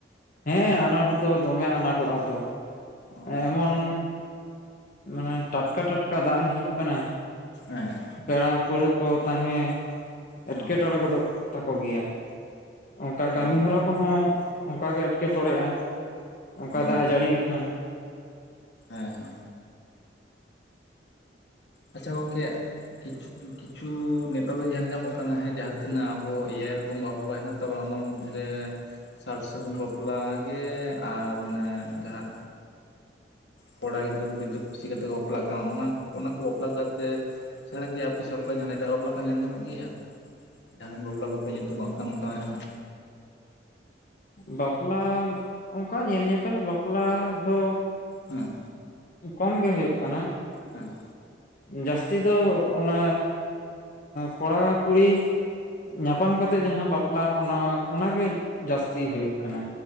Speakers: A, on the left; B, on the left.
A: ᱦᱮᱸ ᱟᱱᱟᱴ ᱫᱚ ᱫᱚᱢᱮ ᱟᱱᱟᱴᱚᱜᱼᱟ ᱛᱚ,
B: ᱚ
A: ᱮᱢᱚᱱ ᱢᱟᱱᱮ ᱴᱟᱴᱠᱟ ᱴᱟᱴᱠᱟ ᱫᱟᱜ ᱦᱤᱡᱩᱜ ᱠᱟᱱᱟ
B: ᱦᱮᱸ ᱾
A: ᱯᱮᱲᱟ ᱯᱟᱹᱲᱦᱟᱹ ᱠᱚ ᱛᱟᱦᱮᱸ
B: ᱚ
A: ᱮᱴᱠᱮᱴᱚᱬᱮ ᱜᱚᱫᱚᱜ ᱛᱟᱠᱚ ᱜᱮᱭᱟ᱾ ᱚᱱᱠᱟ ᱠᱟᱹᱢᱤ
B: ᱚ
A: ᱦᱚᱨᱟ ᱠᱚᱦᱚᱸ ᱚᱱᱠᱟ ᱜᱮ ᱮᱴᱠᱮᱴᱚᱬᱮᱜᱼᱟ, ᱚᱱᱠᱟ
B: ᱚ
A: ᱫᱟᱜ ᱮ ᱡᱟᱹᱲᱤ ᱞᱮᱠᱷᱟᱱ
B: ᱦᱮᱸ ᱾ ᱟᱪᱪᱷᱟ ᱜᱚᱝᱠᱮ ᱠᱤᱪᱷᱩ ᱠᱤᱪᱷᱩ ᱱᱮᱛᱟᱨ ᱫᱚ ᱧᱮᱞ ᱧᱟᱢᱚᱜ ᱠᱟᱱᱟ, ᱦᱮᱸ ᱡᱟᱦᱟᱸ ᱛᱤᱱᱟᱹᱜ ᱟᱵᱚ ᱮᱭᱟᱭ ᱨᱚᱠᱚᱢ ᱵᱟᱯᱞᱟ ᱦᱮᱱᱟᱜ ᱛᱟᱵᱚ ᱚᱱᱟ ᱢᱚᱫᱽᱨᱮ ᱨᱮ ᱥᱟᱨ ᱥᱟᱹᱜᱩᱱ ᱵᱟᱯᱞᱟ ᱜᱮ ᱟᱨ ᱚᱱᱮ ᱡᱟᱦᱟᱸ ᱠᱚᱲᱟ ᱜᱤᱫᱽᱨᱟᱹ ᱠᱩᱲᱤ ᱜᱤᱫᱽᱨᱟᱹ ᱠᱩᱥᱤ ᱠᱟᱛᱮ ᱠᱚ ᱵᱟᱯᱞᱟᱜ ᱠᱟᱱᱟ, ᱚᱱᱟ ᱚᱱᱟ ᱠᱩ ᱵᱟᱯᱞᱟ ᱠᱟᱛᱮ ᱪᱷᱟᱲᱟ ᱠᱤ ᱟᱯᱮ ᱚᱱᱠᱟ ᱡᱟᱦᱟᱱᱟᱜ ᱮᱴᱟᱜ ᱵᱟᱯᱞᱟ ᱠᱚ ᱧᱮᱞ ᱧᱟᱢᱚᱜ ᱜᱮᱭᱟ᱾ ᱡᱟᱦᱟᱱ ᱵᱟᱯᱞᱟ ᱠᱚᱯᱮ ᱧᱩᱛᱩᱢᱟᱜ ᱠᱟᱱ ᱚᱱᱠᱟ ᱡᱟᱦᱟ ᱱᱟᱜ᱾
A: ᱵᱟᱯᱞᱟ ᱚᱱᱠᱟ ᱧᱮᱞ ᱧᱮᱯᱮᱞ ᱵᱟᱯᱞᱟ ᱫᱚ
B: ᱦᱮᱸ
A: ᱠᱚᱢ ᱜᱮ ᱦᱳᱭᱳᱜ ᱠᱟᱱᱟ᱾
B: ᱦᱮᱸ
A: ᱡᱟᱹᱥᱛᱤ ᱫᱚ ᱚᱱᱮ ᱠᱚᱲᱟ ᱠᱩᱲᱤ ᱧᱟᱯᱟᱢ ᱠᱟᱛᱮ ᱡᱟᱦᱟᱸ ᱵᱟᱯᱞᱟ ᱚᱱᱟ ᱚᱱᱟᱜᱮ ᱡᱟᱹᱥᱛᱤ ᱛᱤ ᱦᱩᱭᱩᱜ ᱠᱟᱱᱟ᱾